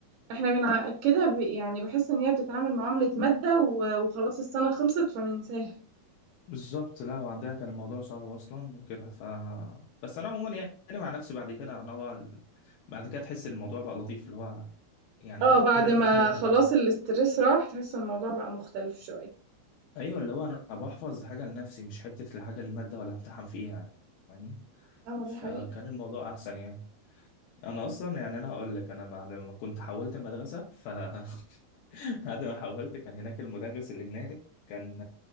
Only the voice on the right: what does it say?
إحنا بنع كده ب يعني باحس إن هي بتتعامل معاملة مادة و وخلاص السنة خلصت فننساها.
آه، بعد
ما
خلاص الstress راح تحس الموضوع بقى مختلف شوية.
آه،
دي حقيقة.